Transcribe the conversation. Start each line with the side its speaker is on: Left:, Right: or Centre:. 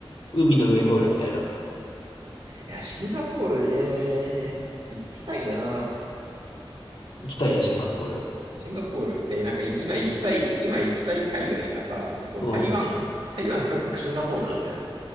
Left: 海の上通るみたいな。
Right: いや、シンガポールね、行きたいな。
Left: 行きたい、シンガポール。
Right: シンガポール、えーなんかい今行きたい、今行きたい海外がさ、そう、
Left: うん。
Right: 台湾、台湾、韓国、シンガポールなんだよね。